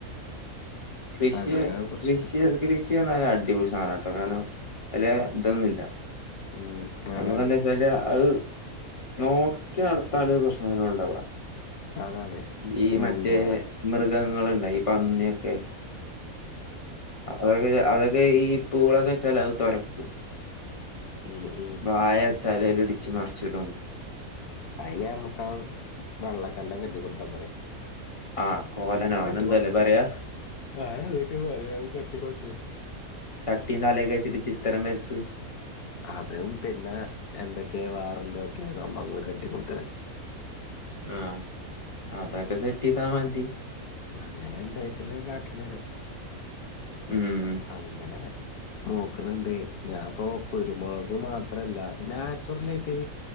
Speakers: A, on the left; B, on the left.
A: കൃഷിയെ
B: അങ്ങനാ പ്രശ്നം
A: കൃഷി എറക്കല് <unintelligible> അടിപൊളി സാനാട്ടോ കാരണം അയ്ല് ഇതൊന്നുല്ലാ
B: ഉം
A: ഞമ്മക്കെന്താച്ചാല്
B: അതാണ്
A: അത് നോക്കി നടത്താള്ള ഒരു പ്രശ്നൊന്നും ഇണ്ടാവാ
B: അതാണ്
A: ഈ മറ്റേ
B: എന്താ
A: മൃഗങ്ങളില്ലെ ഈ പന്നിയൊക്കെ അത് അതൊക്കെ ഈ പൂളൊക്കെ ചെലത് തൊരക്കും.
B: ഉം ഉം
A: വായാച്ചാല് ഓലിടിച്ച് മറിച്ചിടും
B: അയിന് ഞമ്മക്കാ വള്ളക്കണ്ടം കെട്ടികൊട്ത്താ പോരെ
A: ആഹ് കോലനോ
B: ആഹ്
A: അങ്ങനെ
B: കെട്ടി
A: എന്തോല്ലേ
B: കൊട്ക്ക്
A: പറയാ
B: വേറെന്തക്കെ പറയാ കെട്ടികൊട്ക്ക്
A: ചട്ടീം തലൊക്കെച്ചിട്ട് ചിത്രം വര്ച്ച്
B: അതും പിന്നെ എന്തൊക്കെ വാറൊന്തൊക്കെ സംഭവങ്ങള് കെട്ടിക്കൊട്
A: ആഹ് അതൊക്കെ സെറ്റൈയ്താ മതി
B: അങ്ങനെ എന്തെറ്റലൊ കാട്ടേണ്ടിവരും.
A: ഉം
B: അങ്ങനെ നോക്ക്ണിണ്ട് ഞാപ്പോ കുരുമുളക് മാത്രല്ല നാച്ചുറലായിറ്റ്.